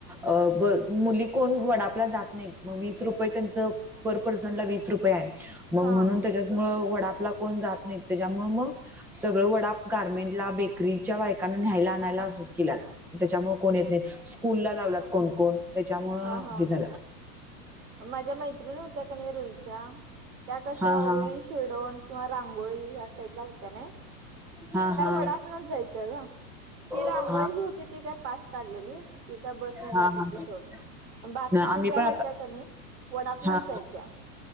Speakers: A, in the centre; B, on the right (about 70°).
A: अ ब मुली कोण वडापला जात नाही. वीस रुपये त्यांच पर पर्सनला वीस रुपये. मग
B: हा
A: म्हणून त्याच्यामुळ वडापला कोण जात नाही त्याच्यामुळ मग सगळं वडा. गार्मेंट ला बेकरीच्या बायकांना न्यायला आणायला अस. केलात त्याच्यामुळ कोण येत नाही स्कूल लावलात कोण कोण त्याच्यामु
B: हा हा
A: हे झालं.
B: माझ्या मैत्रिणी होत्या क नाही रोईच्या त्या कस
A: हा हा
B: रोई. शिरडोन किंवा रांगोळी या साईड ला होत्या नाय.
A: हा हा
B: त्याय वडापनच जायचं ग ती रांगोळी
A: हा हा
B: ही होती ती काय पास काढलेली. की काय बसन जात
A: हा
B: होती सोड बाकीच्या
A: आम्ही
B: ज्या
A: पण
B: होत्या
A: आता
B: का नाही वडापलाच
A: हा
B: जायच्या.